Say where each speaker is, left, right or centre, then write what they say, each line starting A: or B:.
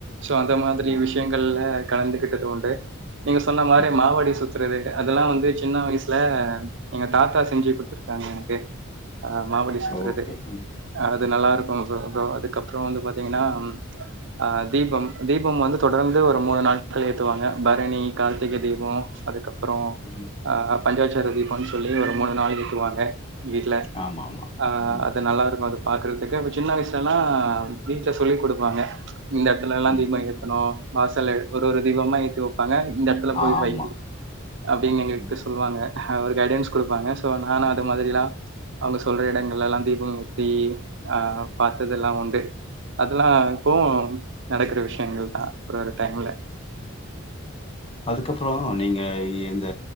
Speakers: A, on the right; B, on the left.
A: சோ அந்த மாதிரி
B: ம்.
A: விஷயங்கள்ல கலந்துகிட்டது உண்டு நீங்க சொன்ன மாதிரி
B: ம்.
A: மாவடி சுத்துறது அதெல்லா வந்து சின்ன வயசுல எங்க தாத்தா செஞ்சு குடுத்துருக்காங்க எனக்கு ஆ மாவடி சுத்துறது
B: ஓகே. ம்.
A: அது நல்லா
B: ம்.
A: இருக்கு தோ தோ அதுக்கப்பறோ வந்து பாத்தீங்கன்னா ஆ தீபம் தீபம் வந்து தொடர்ந்து ஒரு மூணு நாட்கள் ஏத்துவாங்க பரணி கார்த்திகை தீபோ அதுக்கப் அப்பறோ
B: ம்.
A: பஞ்சாச்சர தீபன்னு சொல்லி ஒரு மூணு நாள் ஏத்துவாங்க வீட்ல
B: ஆமாமா.
A: ஆ
B: ம்.
A: அது நல்லா இருக்கு அது பாக்குறதுக்கு கேப்பே சின்ன வயசுலல்லா வீட்ல சொல்லி குடுப்பாங்க இந்த இடத்துலல்லா
B: ம்.
A: தீபோ எத்தணு வாசல்லா ஒரு ஒரு தீபமா ஏத்தி வப்பாங்க இந்த இடத்துல
B: ஆமா
A: போய் வையி அப்டின்னு எங்களுக்கு
B: ம்.
A: அவங்க அவரு கைடன்ஸ் குடுப்பாங்க சோ நானு அது மாதிரில்லா அவங்க சொல்ற இடங்கள்லல்லா தீபம் எத்தி ஆ பாத்ததெல்லா உண்டு அதெல்லா இப்போவு
B: ம்,
A: நடக்கிற விஷயங்கள் தா ஒரு ஒரு டைம்ல
B: அதுக்கப்பறோ நீங்க இந்த